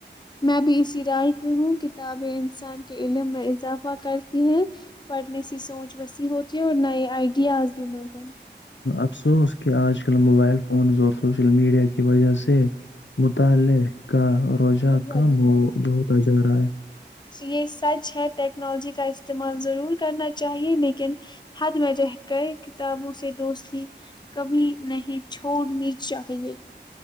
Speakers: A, on the left (about 25°); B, on the left (about 80°).
A: میں بھی اسی رائے کی ہوں کتابیں انسان کے علم میں اضافہ کرتی ہیں پڑھنے سے سوچ وسیع ہوتی ہے اور نئے آئیڈیاز بھی ملتے ہیں
B: افسوس کہ آج کل موبائل فونز اور سوشل میڈیا کی وجہ سے مطالعہ کا روزہ
A: ہیں
B: کم ہو ہوتا جا رہا ہے
A: یہ سچ ہے ٹیکنالوجی کا استعمال ضرور کرنا چاہیئے لیکن حد میں رہ کر کتابوں سے دوستی کبھی نہیں چھوڑنی چاہے